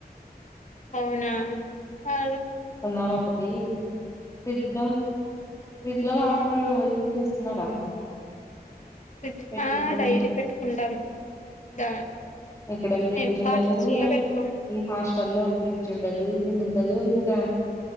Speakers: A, on the left; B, on the left.
A: అవునా ఆ
B: ఆ ఒకటి ఫ్రిడ్జ్ లో ఫ్రిడ్జ్ లో వాటర్ యూజ్ చేస్త తిన్నారా
A: తీసు
B: పెట్టుకుంటాన్నాం
A: ఆ డైలీ పెట్టుకుంటాం దా
B: ఇక్కడ ఫ్రిడ్జ్
A: మేము
B: ఉండదు,
A: బాటిల్స్లో పెట్టుకోం
B: ఈ హాస్టల్ లో ఫ్రిడ్జ్ ఉండదు. అ ఆ